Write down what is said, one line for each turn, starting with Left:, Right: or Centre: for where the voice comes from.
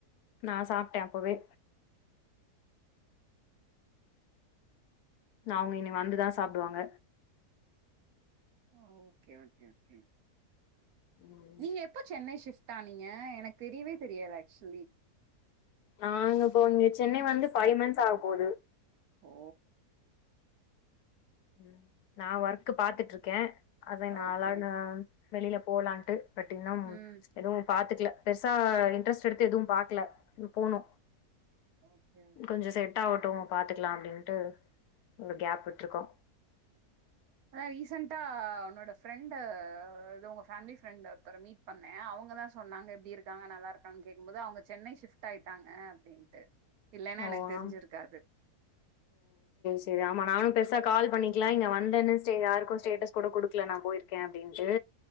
Left: நா சாப்ட்ட அப்பவே அவங்க இனி வந்துதா சாப்டுவாங்க
Right: ஓ ஓகே ஓகே ஓகே
Left: ம்
Right: நீங்க எப்ப சென்னை ஷிப் ட்டானிங்க எனக்கு தெரியவே தெரியாது ஆக்சுவலி
Left: நாங்க இப்போ இங்க சென்னை வந்து ஃபைவ் மந்த்ஸ் ஆக போது
Right: ஓ
Left: ம் நா ஒர்க்க் பாத்துட்ருக்க அதா நா
Right: ஓகே
Left: <unintelligible> வெளில போலான்ட்டு பட் இன்னும்
Right: ம்
Left: எதுவு பாத்துக்கல பெருசா இன்ட்ரெஸ்ட் எடுத்து எதுவு பாக்கல போனு
Right: ஓகே ஓகே
Left: கொஞ்ச செட்டாவட்டு பாத்துக்கலா அப்டின்ட்டு ஒரு கேப் விட்டுருக்கோ
Right: அத ரீசெண்டா உன்னோட ஃப்ரெண்ட் இது உங்க ஃபேமிலி ஃப்ரெண்ட் ஒருத்தர மீட் பண்ண அவங்கதா சொன்னாங்க எப்டி இருக்காங்க நல்லா இருக்கான்னு கேடக்கும் போது அவங்க சென்னை ஷிஃப்ட் ஆயிட்டாங்க அப்டின்ட்டு இல்லன்னா
Left: ஓ
Right: எனக்கு தெரிஞ்சிருக்காது
Left: ஆம் செரி ஆமா நானு பெருசா கால் பண்ணிக்கல இங்க வந்தன்னு யாருக்கும் ஸ்டேட்டஸ் கூட குடுக்கல நா போயிருக்க அப்டின்ட்டு